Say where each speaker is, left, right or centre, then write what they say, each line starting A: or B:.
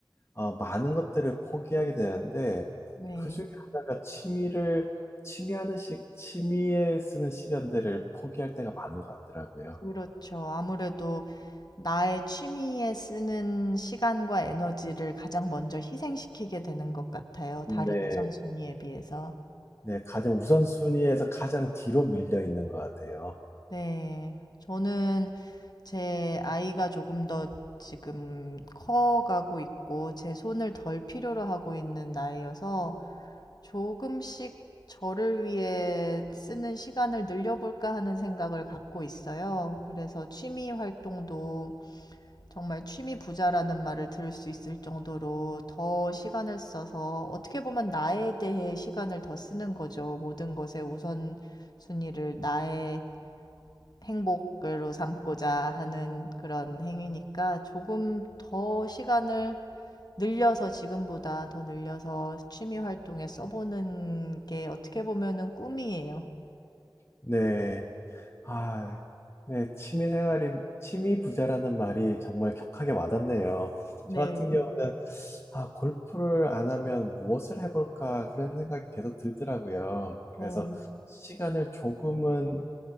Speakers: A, on the left; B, on the left.
A: 어, 많은 것들을 포기하게 되는데,
B: 네.
A: 그 중에 하나가 취미를, 취미하는 시, 취미에 쓰는 시간들을 포기할 때가 많은 것 같더라고요.
B: 그렇죠. 아무래도 나의 취미에 쓰는 시간과 에너지를 가장 먼저 희생시키게 되는 것 같아요.
A: 네,
B: 다른 우선순위에 비해서.
A: 네, 가장 우선순위에서 가장 뒤로 밀려 있는 것 같아요.
B: 네. 저는 제 아이가 조금 더 지금 커가고 있고 제 손을 덜 필요로 하고 있는 나이여서 조금씩 저를 위해 쓰는 시간을 늘려볼까 하는 생각을 갖고 있어요. 그래서 취미 활동도 정말 취미 부자라는 말을 들을 수 있을 정도로 더 시간을 써서 어떻게 보면 나에 대해 시간을 더 쓰는 거죠. 모든 것의 우선순위를 나의 행복으로 삼고자 하는 그런 행위니까 조금 더 시간을 늘려서 지금보다 더 늘려서 취미 활동에 써보는 게 어떻게 보면은 꿈이에요.
A: 네. 아, 네, 취미 생활이, 취미 부자라는 말이 정말 격하게 와닿네요.
B: 네.
A: 저 같은 경우는, 아, 골프를 안 하면 무엇을 해볼까, 그런 생각이 계속 들더라고요. 그래서
B: 네.
A: 시간을 조금은,